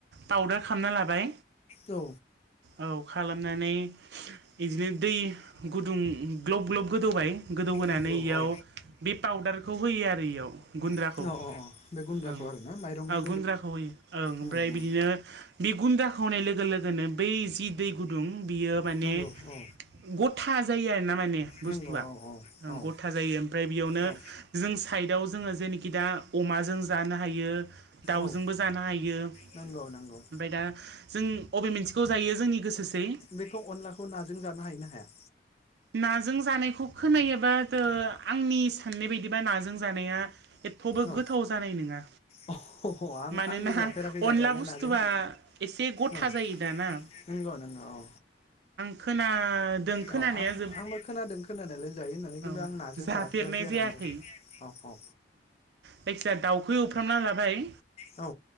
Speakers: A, on the right; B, on the left.
A: पाउदार खालामना लाबाय
B: औ
A: औ खालामनानै बिदिनो दै गुदुं ग्लब ग्लब गोदौबाय गोदौ होनोनानै
B: नंगौ
A: इयाव
B: औ
A: बे पाउदारखौ होयो आरो बेयाव गुन्द्राखौ
B: औ औ औ बे गुन्द्राखौ
A: ओं
B: आरो ना माइरंनि
A: औ गुन्द्राखौ होयो ओं ओमफ्राय
B: उम उम
A: बिदिनो बे गुन्द्राखौ खौ होनाय लोगो लोगोनो बै जि दै गुदुं बियो माने
B: नंगौ
A: गद
B: औ
A: गथा जायो आरोना माने बुस्थुआ
B: नंगौ औ औ औ
A: गथा जायो ओमफ्राय बेयावनो
B: औ
A: जों साइदआव जोङो जेनोखि दा अमाजों जानो हायो दाउजोंबो
B: औ
A: जानो हायो ओमफ्राय
B: नंगौ नंगौ
A: दा जों बबे मोनसेखौ जायो जोंनि गोसोसै
B: बेखौ अनलाखौ नाजों जानो हायोना हाया
A: नाजों जानायखौ खोनायोबा ओआंनि साननाय बायदिबा नाजों जानाया एथ'बो
B: औ
A: गोथाव जानाय नङा
B: अ आं
A: मानोना
B: आंबो जाफेराखै जानायालाय
A: अनला बुस्थुआ
B: नाजों
A: एसे गथा
B: औ
A: जायो दाना
B: नंगौ नंगौ औ
A: खोनादों खोनानाया
B: औ आं
A: जोब
B: आंबो खोनादों खोनानायालाय जायो होननानै खिन्थु
A: औ
B: आं नाजों
A: जाफेरनाय
B: जाफेराखै आरो
A: जायाखै
B: आंबो औ औ
A: जायखिजाया दाउखै एवफ्रामना लाबाय
B: औ